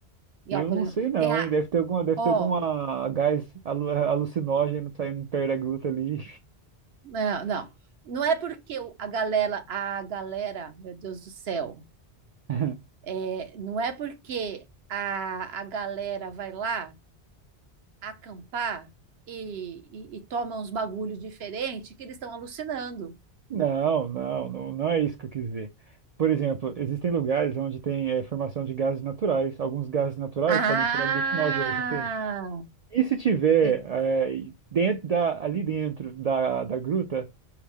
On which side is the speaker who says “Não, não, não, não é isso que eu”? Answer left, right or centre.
Right